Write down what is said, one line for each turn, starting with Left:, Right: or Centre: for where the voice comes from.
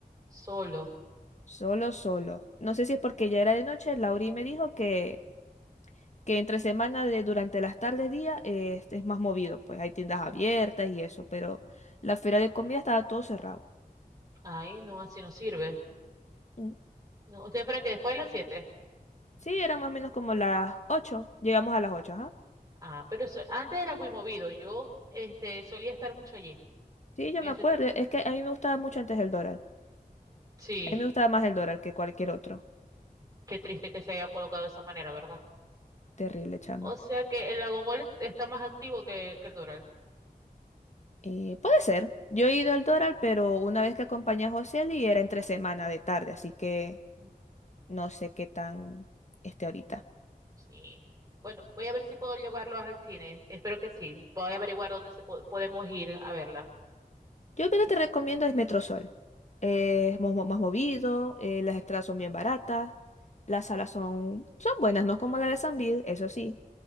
Right: Solo.
Left: Solo, solo. No sé si es porque ya era de noche. Lauri me dijo que, que entre semana, de, durante las tardes, día, eh, este es más movido. Pues hay tiendas abiertas y eso, pero la feria de comida estaba todo cerrado.
Right: Ay, no, así no sirve.
Left: Mm,
Right: No, ustedes fueron que después de las 7?
Left: Sí, eran más o menos como las 8. Llegamos a las 8,
Right: Ah, pero eso- antes era muy movido. Yo, este, solía estar mucho allí.
Left: Sí,
Right: En
Left: yo me
Right: ese,
Left: acuerdo.
Right: to-
Left: Es que a mí me gustaba mucho antes el Doral.
Right: sí.
Left: A mí me gustaba más el Doral que cualquier otro.
Right: Qué triste que se haya colocado de esa manera, ¿verdad?
Left: Terrible, chama.
Right: O sea que el Lagomol está más activo que, que el Doral.
Left: Eh, puede ser. Yo he ido al Doral, pero una vez que acompañé a José y era entre semana de tarde, así que
Right: Mm,
Left: no sé qué tan esté ahorita.
Right: Sí. Bueno, voy a ver si puedo llevarlos al cine. Espero que sí. Voy a averiguar dónde se po- podemos ir a verla.
Left: Yo lo que te recomiendo es Metrosol. Eh, es mo- mo- más, movido, eh, las entradas son bien baratas, las salas son, son buenas, no como la de San Bill, eso sí,